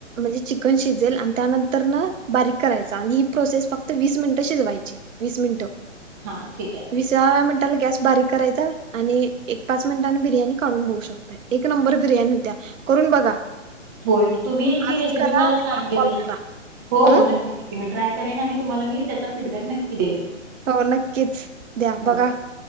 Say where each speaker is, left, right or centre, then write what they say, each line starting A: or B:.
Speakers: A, on the right; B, on the right.
A: म्हणजे चिकन शिजेल आणि त्यानंतर न बारीक करायच आणि ही प्रोसेस फक्त वीस मिनिट शिजवायची वीस मिनिटं
B: हा ठीक आहे
A: विसाव्या मिनिटाला गॅस बारीक करायचा आणि एक पाच मिनिटांनी बिर्याणी काढून बघू शकता एक नंबर बिर्याणी होत्या करून बघा.
B: होय तुम्ही जी
A: आजच
B: रेसिपी
A: करा
B: मला
A: आणि
B: सांगितला
A: कॉल करा
B: हो
A: ह
B: हो नक्की नक्की मी ट्राय करेन आणि तुम्हाला मी त्याचा फीडबॅक नक्की देईन.
A: हो नक्कीच द्या
B: हो
A: बघा